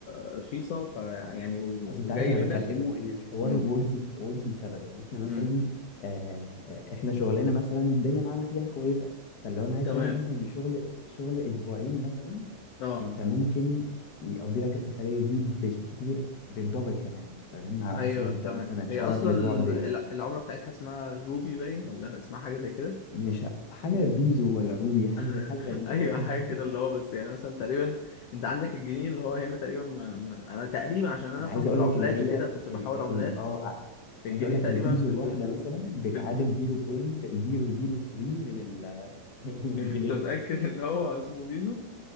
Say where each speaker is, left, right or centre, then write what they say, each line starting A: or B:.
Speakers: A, on the left (about 80°); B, on the left (about 65°).
A: رخيصة فيعني و...
B: اصل انت
A: وجاي
B: عارف انا
A: منها
B: بكلمه ان الحوار
A: امم
B: ورثي ورثي لسبب ان احنا مثلا
A: امم
B: آه، احنا شغلنا مثلا الدنيا معانا فيها كويسه فلو انا عايز
A: تمام
B: افهمك مثلا ان شغل شغل اسبوعين مثلا
A: اه
B: انت ممكن يقضي لك السفريه دي بالكتير بالدبل كمان فاهم على
A: ايوه
B: حسب انت
A: تمام
B: مثلا هتشتغل
A: هي اصلا
B: في الاسبوع قد ايه
A: الع- العمله بتاعتها اسمها روبي باين ولا اسمها حاجه زي كده
B: مش حاجه بيزو ولا روبي حاجه زي
A: <laughs>
B: حاجه غريبه
A: ايوه
B: كده
A: حاجه
B: <laughs>
A: كده اللي هو بس يعني مثلا تقريبا انت عندك الجنيه اللي هو هنا تقريبا ما... ما... انا تقريبا عشان انا
B: انا
A: افهم
B: عايز
A: في
B: اقول
A: العملات
B: لك ان هي
A: وكده كنت بحاول
B: ال ال
A: عملات
B: اه
A: الجنيه
B: عايز اقول لك
A: تقريبا
B: البيزو
A: بت...
B: الواحده مثلا بتعادل
A: ال-
B: 0.003 من ال- <laughs> من الجنيه
A: انت متاكد ان هو اسمه بيزو